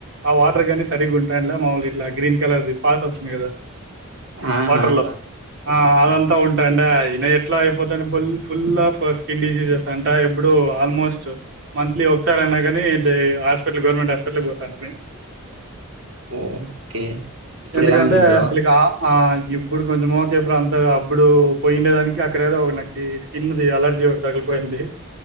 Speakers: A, on the right; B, on the right.
A: ఆ వాటర్ కని సరిగ్ ఉంటాంట్లా మామములు ఇట్లా గ్రీన్ కలర్ది పాస్ వస్తుంది కదా
B: ఆహాహా!
A: వాటర్ లో ఆ అదంతా ఉంటాండే అయిన ఎట్లో అయిపోతాంది full full of skin diseases అంట ఎబ్బుడు ఆల్మోస్ట్ మంత్లీ ఒ సార్ అయినా కానీ హాస్పిటల్ గవర్నమెంట్ హాస్పిటల్కి పోతాంటి మీ
B: ఓ కే ఇప్పుడు
A: ఎందుకంటే
B: ఎలా ఉంది బ్రో
A: అసలుకి ఆ ఆ ఇప్పుడు కొంచం ఓకే బ్రో అంత అప్పుడు పోయిండేదానికి అక్కడఎదో నాకి ఒక స్కిన్ది అలర్జీ ఒకటి తగులుకునింది